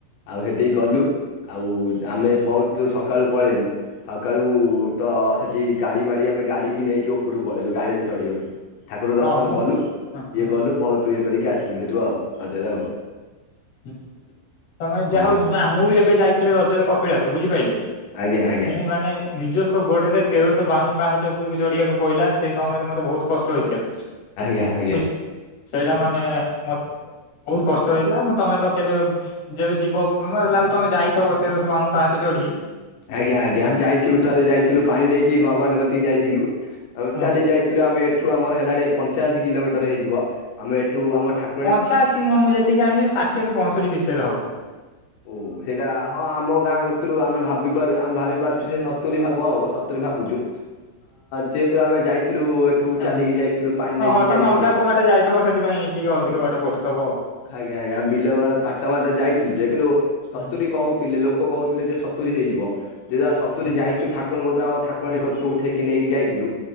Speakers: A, on the left; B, on the left.
A: ଆଉ ହେଠିକି କଲୁ। ଆଉ ଆମେ ବହୁତ ସକାଳୁ ପଳେଇଲୁ। ସକାଳୁ ତ ସେଠି ଗାଡ଼ି ମାଡ଼ି ଆମେ ଗାଡ଼ିକି ନେଇକି ଉପରକୁ ପଳେଇଲୁ ଗାଡ଼ିରେ ଚଢ଼ିଗଲୁ। ଠାକୁର ଦର୍ଶନ
B: ହଁ ମୁଁ
A: କଲୁ ଇଏ
B: ହଁ ହଁ
A: କଲୁ
B: ହୁଁ
A: ବହୁତ ଇଏ କରିକି ଆସିଲୁ ସେଠୁ ଆଉ ହଜରେ ଆଉ।
B: ହଁ ତମେ ଯାହା
A: ହଁ
B: ହଉ ନା ମୁଁ ବି ଏବେ ଯାଇଥିଲି ରଜରେ କପିଳାସ ବୁଝିପାରିଲେ।
A: ଆଜ୍ଞା ଆଜ୍ଞା
B: ମୁଁ ମାନେ ନିଜସ୍ବ ଗୋଡରେ ତେରଶହ ବାଉନ ପାହାଞ୍ଚ ଉପକୁ ଚଢିବାକୁ ପଈଲା ସେଇ ସମୟରେ ମତେ ବହୁତ। କଷ୍ଟ ହେଇଥିଲା
A: ଆଜ୍ଞା ଆଜ୍ଞା
B: ବୁଝ ସେଇଟା ମାନେ ମତେ। ବହୁତ କଷ୍ଟ ହେଇଥିଲା ମୋତ। ତମେ ତ କେବେ ଯେବେ ଯିବ ମେ ଲାଗୁ ତମେ ଯାଇଥ ଏତେରଶାବାଉନ ପାଞ୍ଚ ଚଢି।
A: ଆଜ୍ଞା ଆଜ୍ଞା ଯାଇଛୁ ଥରେ ଯାଇଥିଲୁ ପାଣି ନେଇକି ଭଗବାନ କଥକି ଯାଇଥିଲୁ ଆଉ
B: ହୁଁ
A: ଚାଲି
B: ହୁଁ
A: ଯାଇଥିଲ। ଆମେ ଏଠୁ ଆମର ହେଲାଣି ପଞ୍ଚାଅଶୀ କିଲୋମିଟର ହେଇଯ ଆମେ ଏଠ ଆମ ଠାକୁ।
B: ପଞ୍ଚାଅଶୀ ନୁହଁ ମୁଁ ଯେତିକି ଜାଣିଛି ଷାଠିଏରୁ ପଞ୍ଚଷଠି ଭିତରେ ହବ।
A: ଓ ସେଇଟା ହଁ ଆମ ଗାଁ ଗତରୁ ଆମେ ଭାବିାରୁ ଆମେ ଭାବି ପାରୁଛୁ ସେ ସତୁରିୀ ହବ ଆଉ। ଭାବୁଛୁ ଯେହେତୁ ଆମେ ଯାଇଥିଲୁ। ଏଠୁ ଚାଲିକି
B: ଉୁ ହ
A: ଯାଇଥିଲୁ ପାଣି ନେଇକି
B: ଓହୋ
A: ଯାଇଥିଲୁ।
B: ତମେ ଅଲଗା କୋଉଁ ବାଟେ ଯାଇଥିବ ସେଥିପାଇଁ ଟିକେ ଅଧିକ ବାଟ ପଢଥିବ ଆଉ।
A: ଆଜ୍ଞା ଆଜ୍ଞା ବିଲବାଳ ପାଟ ମାଟ ଯାଇଥିଲୁ ଯେ କିନ୍ତୁ। ସତୁୁରୀ
B: ହୁଁ
A: କହୁଥିଲେ ଲୋକ କହୁଥିଲେ ଯେ ସତୁୁରୀ ହେଇଯିବ <unintelligible>
B: ହୁଁ
A: ଯାଇଛୁ ଠାକୁରଙ୍କ କତ୍ର ଆମ ଠାକୁରାଣୀ
B: ହୁଁ
A: କତ୍ର ଉଠେଇକି ନେଇକି ଯାଇଥିଲୁ